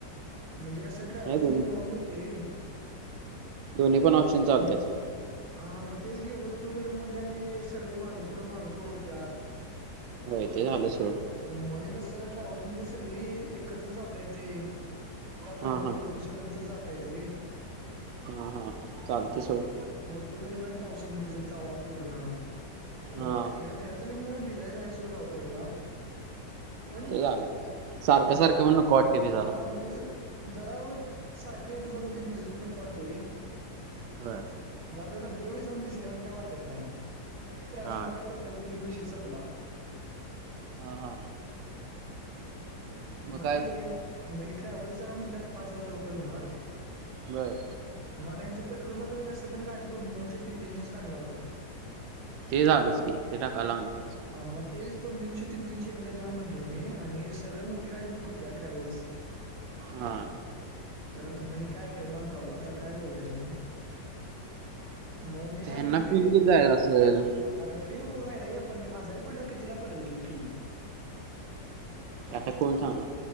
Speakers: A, on the right; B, on the right.
A: म्हणजे कसं ट्रॅव्हलसनी
B: दोन्ही
A: निवानं होते रे.
B: दोन्हीपन ऑप्शन चालतयस.
A: हे- हा मग तेच की वई टू व्हीलरमध्ये आणि सगळी मागपुड मागपुड होत्यात.
B: होय ते झालं सोड.
A: म हे कसं ट्रॅव्हल्समध्ये सगळी एकत्र जाता येते, तिथल
B: हां
A: दंगा
B: हां
A: दुडकूस कडे जातं येते रे.
B: हा हा चालते सोड
A: मग टू व्हीलरन पावसात भिजत जावा पूर्ण आता
B: हां
A: तिकडे... फियचाली म्हणला भिजयचं आहे स रावतवाडीला. पण
B: ते झालं सारखं
A: जरा
B: सारखं पण नको वाटते भिजाला
A: हा मगच. जरा व सारखं येतं ज ते भिजत नको वाटते रे.
B: ह.
A: गाडग जाऊन भिसल्या वान काय वाटत नाही पर ट्रवेव्हल्स
B: हां
A: मध्ये... कपडे बदलले कि विशेष संपला.
B: हां हां मग
A: मत
B: काय
A: तेच रे. मग ट्रॅव्हल जरा मणत्यात पाच हजार रुपये होणार.
B: बर.
A: मला यांच पेट्रोल मग स पण गाडी दो दोनशे तीन तनशे टाकणारच आहे.
B: ते झालंच की ते टाका लागणारच
A: मग तेच दोन तीनशे तीन तीनशे इकडे द्या म्हंटलं मी आणि सर्ळ मोठी गाडी बुक होती ट्रॅव्हल्स
B: हा.
A: तर आता मग काय करणार आबा आता काय बोलायचं मी. मग मी
B: ते
A: काय
B: ह्यांना
A: म्हणतोय.
B: फील की जायचं असेल
A: अरे फील बरोबन नाही रे पण आजारी पडला कितीला ती फील.
B: आता कोण सांगला